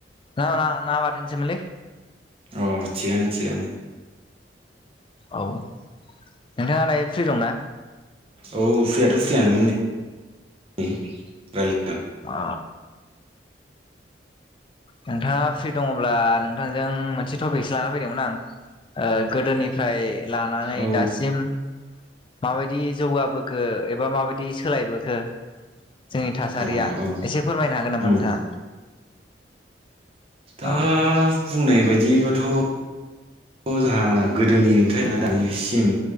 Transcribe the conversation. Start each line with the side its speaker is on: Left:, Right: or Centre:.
Left: ना ना बाथोनसैमोनलै।
Right: अ थिकआनो थिकआनो।
Left: औ नोंथाङा दायो फ्रि दंना?
Right: औ फ्रियाथ' फ्रियानोमोन नै रायलाय
Left: अ नोंथाङा फ्रि दङब्ला नोंथांजों मोनसे टपिकसो लाना फैदोंमोन आं ओ गोदोनिफ्राय लानानै
Right: औ
Left: दासिम माबायदि जौगाबोखो एबा माबायदि सोलायबोखो जोंनि थासारिया
Right: अ औ
Left: एसे फोरमायनो हागोन नामा
Right: उम
Left: नोंथाङा
Right: दा
Left: औ
Right: बुंनाय बायदिब्लाथ' जोंहा गोदोनिफ्राय ना दानिसिम